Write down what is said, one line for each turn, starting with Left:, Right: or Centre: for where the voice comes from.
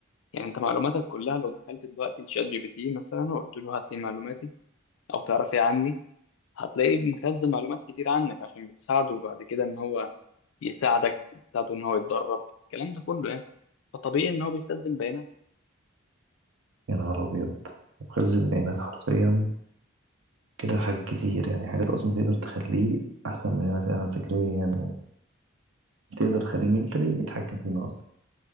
Left: يعني أنت معلوماتك كلها لو دخلت دلوقتي تشات جي بي تي مثلا وقلت له هات لي معلوماتي أو تعرف إيه عني هتلاقيه مخزن معلومات كتير عنك عشان بتساعده بعد كده إن هو يساعدك بتساعده إن هو يتدرب الكلام ده كله يعني فطبيعي إن هو بيخزن بيانات
Right: يا نهار ابيض مخزن بيانات حرفيا كده حاجات كتير يعني حاجات اصلا تقدر تخليه احسن مننا فعلا فكريا وتقدر تخليه منتلي يتحكم فينا اصلا